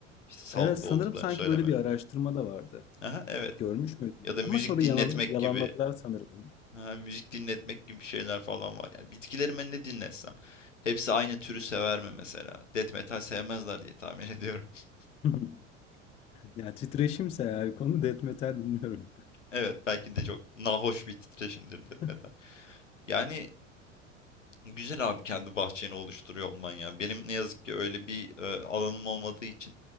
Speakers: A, on the left (about 75°); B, on the left (about 20°).
A: işte sağlıklı
B: Evet sanırım
A: olduklarını
B: sanki
A: söylemenin.
B: böyle bir araştırma da vardı.
A: Aha, evet.
B: Görmüş müydün?
A: Ya da müzik
B: Ama sonra
A: dinletmek
B: yalan, yalanladılar
A: gibi,
B: sanırım onu.
A: ha, müzik dinletmek gibi şeyler falan var. Yani bitkilerime ne dinletsem, hepsi aynı türü sever mi mesela? Death metal sevmezler diye tahmin ediyorum. <laughs>
B: <laughs> Yani titreşimse eğer konu death metal bilmiyorum.
A: Evet, belki de çok nahoş bir titreşimdir death
B: <laughs> Hı
A: metal. Yani güzel abi kendi bahçeni oluşturuyor olman ya. Benim ne yazık ki öyle bir e, alanım olmadığı için